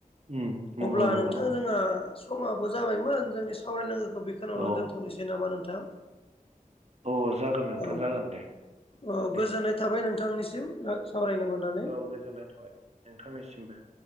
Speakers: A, on the right; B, on the left.
A: उम नंगौ
B: अब्ला
A: नंगौ
B: नोंथां
A: नंगौ
B: जोंहा समाबो जाबायमोन जोंनि सावरायनांगौखौ बेखौनावनो
A: औ
B: दोन्थ'नोसै नामा नोंथां।
A: अ जागोन नोंथां
B: औ
A: जागोन दे।
B: औ
A: दे
B: गोजोननाय थाबाय नोंथांनिसिम ओ सावरायनो मोननानै।
A: औ गोजोननाय थाबाय नोंथांनिसिमबो।